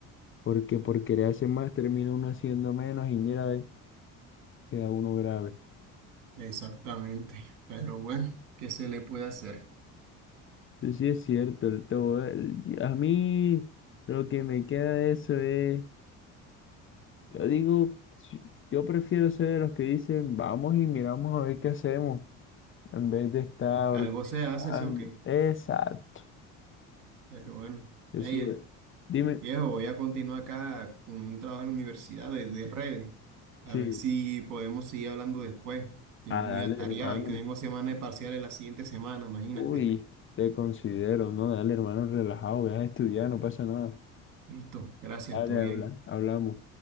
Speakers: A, on the left; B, on the right.
A: Porque por querer hacer más termina uno haciendo menos y mira, ve, queda uno grave.
B: Exactamente. Pero bueno, ¿qué se le puede hacer?
A: Eso sí es cierto, el todo. el- a mí lo que me queda de eso es, yo digo, si- yo prefiero ser de los que dicen, vamos y miramos a ver qué hacemos, en vez de estar
B: Algo se hace,
A: organizando.
B: sí o qué.
A: Exacto.
B: Pero bueno,
A: Yo
B: ey,
A: sí, voy. Dime,
B: Viejo, voy a continuar acá con un trabajo en la universidad de, de redes. A
A: sí,
B: ver si podemos seguir hablando después. Estoy
A: a
B: muy
A: dale,
B: atareado
A: hermano.
B: y que tengo semana de parciales la siguiente semana, imagínate.
A: Uy, te considero, no, dale, hermano, relajado, ve a estudiar, no pasa nada.
B: Listo, gracias,
A: Dale,
B: todo bien.
A: habla, hablamos.